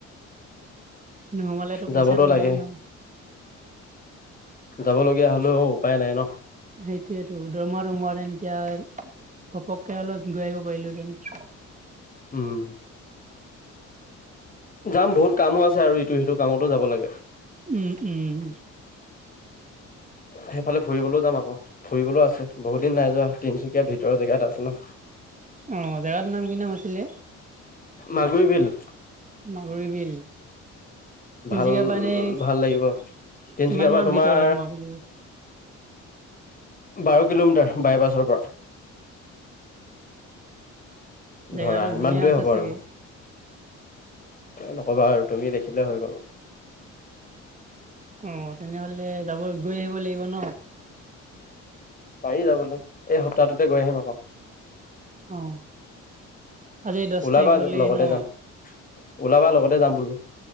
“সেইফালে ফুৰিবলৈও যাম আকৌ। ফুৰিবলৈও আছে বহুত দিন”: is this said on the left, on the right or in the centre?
Left